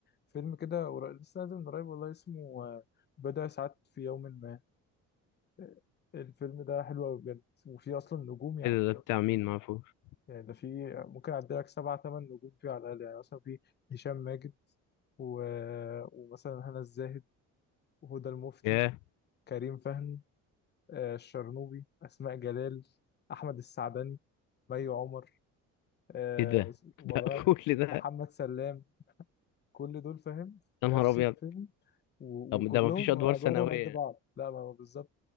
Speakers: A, on the left; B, on the left.
A: فيلم كده قريب- لسه نازل من قريب والله اسمه آه، بضع ساعات في يوم ما آه، الفيلم ده حلو أوي بجد وفيه أصلا نجوم يعني
B: ايه ده ده بتاع مين ما اعرفوش
A: يعني ده فيه ممكن أعدي لك سبعة تمن نجوم فيه على الأقل يعني مثلا فيه هشام ماجد و... ومثلا هنا الزاهد وهدى المفتي
B: ياه
A: كريم فهمي آه، الشرنوبي أسماء جلال أحمد السعدني مي عمر آه
B: ايه ده
A: والله
B: ده <laughs> كل ده
A: محمد سلام كل دول فاهم في
B: يا
A: نفس
B: نهار ابيض
A: الفيلم و-
B: طب
A: وكلهم
B: ده ما فيش ادوار
A: ادوارهم
B: ثانويه
A: قد بعض لا ما هو بالظبط